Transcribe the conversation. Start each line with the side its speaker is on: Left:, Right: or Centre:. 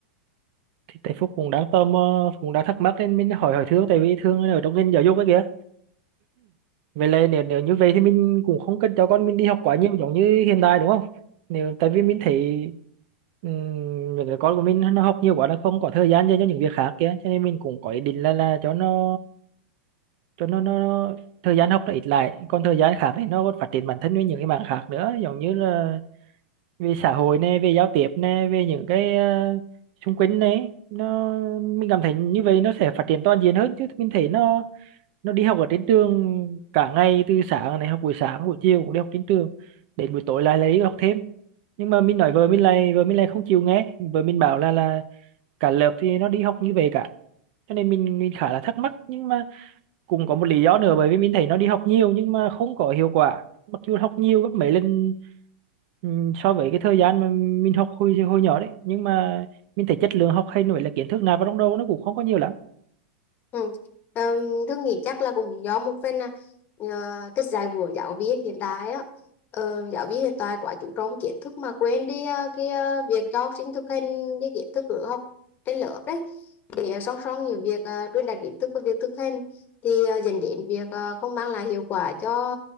Right: thì tại Phúc cũng đang tò mò cũng đang thắc mắc nên mình hỏi hỏi Thương tại vì Thương ở trong ngành giáo dục ấy kìa vậy là nếu nếu như vậy thì mình cũng không cần cho con mình đi học quá nhiều giống như hiện tại đúng không nếu tại vì mình thấy ừm, những đứa con của mình nó học nhiều quá nó không có thời gian dành cho những việc khác kia cho nên mình cũng có ý định là là cho nó cho nó, nó, nó thời gian học nó ít lại còn thời gian khác thì nó còn phát triển bản thân với những cái mảng khác nữa giống như là về xã hội nè về giao tiếp nè về những cái ờ, xung quanh đấy nó mình cảm thấy như vậy nó sẽ phát triển toàn diện hơn chứ mình thấy nó nó đi học ở trên trường cả ngày từ sáng này học buổi sáng buổi chiều cũng đi học trên trường đến buổi tối lại lại đi học thêm nhưng mà mình nói vợ mình lại vợ mình lại không chịu nghe vợ mình bảo là là cả lớp thì nó đi học như vậy cả cho nên mình mình khá là thắc mắc nhưng mà cũng có một lý do nữa bởi vì mình thấy nó đi học nhiều nhưng mà không có hiệu quả mặc dù học nhiều gấp mấy lần ừm, so với cái thời gian mà mình học hồi hồi nhỏ đấy nhưng mà mình thấy chất lượng học hay nữa là kiến thức nạp vào trong đầu nó cũng không có nhiều lắm
Left: Ừ. Um, tôi nghĩ chắc là cũng do một phần là ờ, cái dạy của giáo viên hiện tại á Ờ, giáo viên hiện tại quá chú trọng kiến thức mà quên đi ờ, cái ờ, việc cho học sinh thực hành cái kiến thức ở học trên lớp đấy để ờ, song song những việc ờ, truyền đạt kiến thức và việc thực hành thì ờ, dẫn đến việc ờ, không mang lại hiệu quả cho